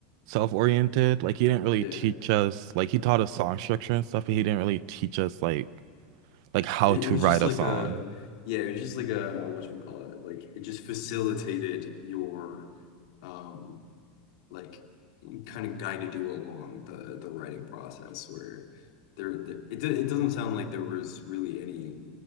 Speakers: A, on the right; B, on the left.
A: self-oriented. Like he didn't really
B: yeah.
A: teach us. Like he taught us song structure and stuff, but he didn't really teach us like like how
B: It,
A: to
B: it was
A: write
B: just like
A: a song.
B: a yeah, it was just like a whatchamacallit, like it just facilitated your um like kind of guided you along the the writing process where there, there it, it doesn't sound like there was really any